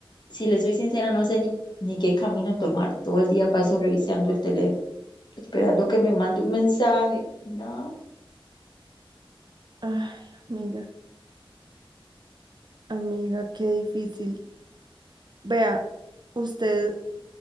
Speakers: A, on the left (about 50°); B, on the right (about 50°).
A: Si le soy sincera, no sé ni, ni qué camino tomar. Todo el día paso revisando el teléfono, esperando que me mande un mensaje, nada.
B: Ay, amiga, amiga, qué difícil. Vea, usted.